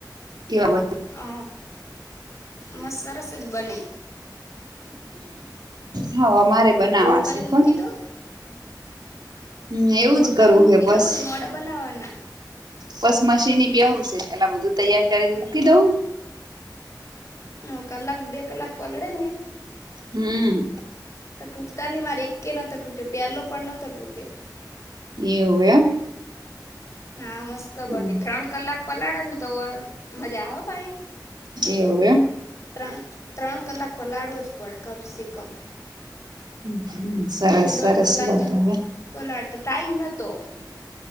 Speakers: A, on the right; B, on the left.
A: એવા બ
B: હ, મસા સરસ જ બને.
A: હા અમારે બનાવાશે
B: ગોળ કરીને
A: ખો.
B: મૂકી દો
A: હમ એવું
B: ગોળ
A: જ
B: કરીને
A: કરવું
B: મૂકી
A: હ પસ.
B: દો ભાઈ મોડા બનાવવાના
A: બસ મશીની બ બેવું છે પેલા બધું તૈયાર કરીને મૂકી દવું.
B: હ કલાક બે કલાક પલડે ને.
A: હમ
B: તો તૂટતા ની મારે એકે નતો તૂટ્યો પેલો પણ નતો તૂટ્યો.
A: એવું એમ
B: હા મસ્ત
A: હમ
B: બને ત્રણ કલાક પલાળે ને તો ઓર મજા આવે હો ભાઈ
A: એવું એમ
B: ત્રણ ત્રણ કલાક પલાડવો જ પડે કમસેકમ.
A: હમ હમ સરસ
B: મેં દોઢ
A: સરસ
B: કલાક
A: લો
B: જેવું
A: તો હવે
B: પલાળ્યું તો ટાઈમ નહોતો